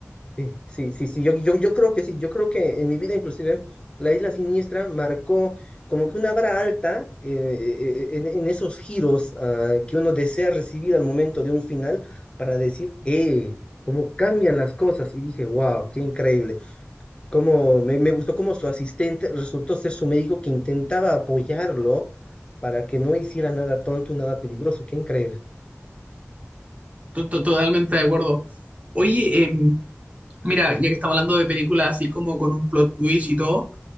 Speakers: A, on the left; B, on the right.
A: Sí, sí, sí, sí, yo, yo, yo creo que sí, yo creo que en mi vida inclusive la Isla Siniestra marcó como que una vara alta eh, eh, eh, en, en esos giros ah, que uno desea recibir al momento de un final para decir, ¡eh! Cómo cambian las cosas. Y dije, wow, qué increíble. Cómo, me, me gustó cómo su asistente resultó ser su médico que intentaba apoyarlo para que no hiciera nada tonto y nada peligroso. Qué increíble.
B: To- to- Totalmente de acuerdo. Oye, em, mira, ya que estamos hablando de películas así como con un plot twist y todo,